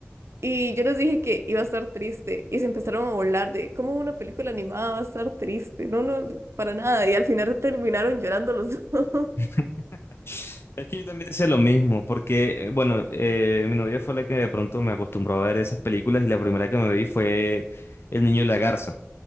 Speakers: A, on the right (about 70°); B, on the left (about 60°).
A: Y yo les dije que iba a estar triste y se empezaron a burlar de cómo una película animada va a estar triste. No, no, para nada. Y al final terminaron llorando los dos. <laughs>
B: <laughs> Es que yo también decía lo mismo, porque, eh, bueno, eh, mi novia fue la que de pronto me acostumbró a ver esas películas y la primera que me vi fue El Niño y la Garza.